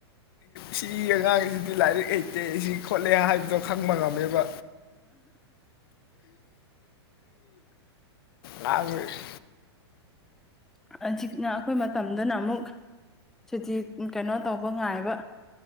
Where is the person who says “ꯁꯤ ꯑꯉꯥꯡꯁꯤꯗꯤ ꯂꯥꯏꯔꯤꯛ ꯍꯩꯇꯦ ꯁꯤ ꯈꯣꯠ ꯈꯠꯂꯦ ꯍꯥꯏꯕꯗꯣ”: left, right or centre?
Left